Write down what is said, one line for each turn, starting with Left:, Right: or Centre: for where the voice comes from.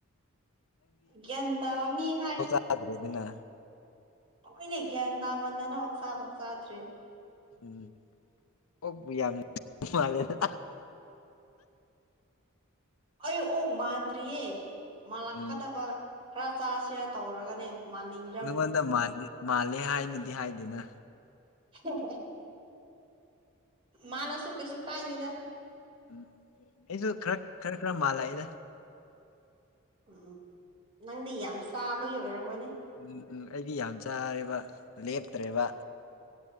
Right: ꯌꯦꯇ ꯃꯃꯤ ꯍꯥꯏ
Left: ꯑꯗꯨ꯭ꯔꯦ ꯑꯗꯨꯅ
Right: ꯑꯩꯈꯣꯏꯅꯦ ꯒ꯭ꯌꯥꯟ ꯇꯥꯃꯟꯗꯅ ꯍꯆꯥꯥꯐꯥꯎ ꯆꯥꯗ꯭ꯔꯦ
Left: ꯎꯝ ꯑꯣꯣꯛꯄ ꯌꯥꯝꯅ ꯃꯥꯜꯂꯦꯗ
Right: ꯑꯩ ꯑꯣꯛ ꯃꯥꯟꯗ꯭ꯔꯤꯌꯦ ꯃꯥꯜꯂꯛꯀꯗꯕ
Left: ꯎꯝ
Right: ꯈꯔ ꯆꯥꯁꯤꯔ ꯇꯧꯔꯒꯅꯦ ꯃꯥꯅꯤꯡꯉ
Left: ꯅꯉꯣꯟꯗ ꯃꯥꯜꯂꯦ ꯍꯥꯏꯅꯗꯤ ꯍꯥꯏꯗꯦꯅ
Right: ꯍ ꯍꯣꯏ ꯃꯥꯜꯂꯁꯨ ꯀꯩꯁꯨ ꯀꯥꯏꯗꯦꯗ
Left: ꯎꯝ ꯑꯩꯁꯨ ꯈꯔ ꯈꯔ ꯈꯔ ꯃꯥꯜꯂ ꯑꯩꯗ
Right: ꯎꯝ ꯎꯝ ꯅꯪꯗꯤ ꯌꯥꯝ ꯆꯥꯕꯒꯤ ꯑꯣꯏꯔꯝꯒꯅꯤ
Left: ꯎꯝ ꯎꯝ ꯑꯩꯗꯤ ꯌꯥꯝ ꯆꯥꯔꯦꯕ ꯂꯦꯞꯇ꯭ꯔꯦꯕ